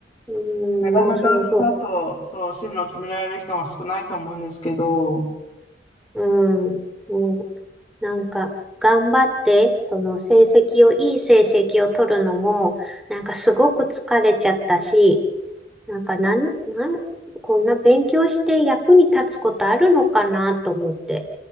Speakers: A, in the centre; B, on the left.
A: うん、
B: なかなかスパッとそう進路を決められる人は少ないと思うんですけど、
A: もうそうそう。うん。もうんなんか、頑張って、その成績を、いい成績を取るのも、なんかすごく疲れちゃったし、なんかなん、なん、こんな勉強して役に立つことあるのかなと思って。